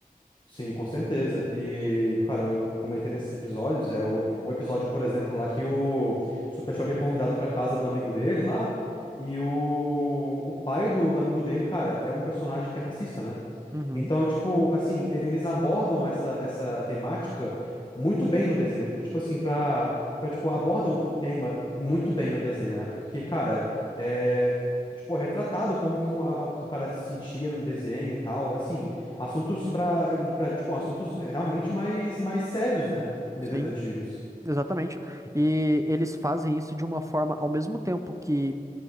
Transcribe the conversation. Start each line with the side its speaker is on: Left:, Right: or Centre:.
Left: Sim, com certeza. E, cara, eu, eu comentei desses episódios, é o, o episódio, por exemplo, lá que o Super Choque é convidado pra casa do amigo dele lá, e o, o pai do, do amigo dele, cara, é um personagem que é racista, né?
Right: Uhum,
Left: Então, tipo, assim, e- eles abordam essa, essa temática muito bem no desenho, porque, tipo assim, pra, pra, tipo, abordam o tema muito bem no desenho, né? Porque, cara, é, tipo, é retratado como que um, a- o cara se sentia no desenho e tal, assim, assuntos pra, pra, tipo, assuntos realmente mais, mais sérios, né? Em
Right: sim,
Left: desenhos antigos.
Right: exatamente. E eles fazem isso de uma forma, ao mesmo tempo que.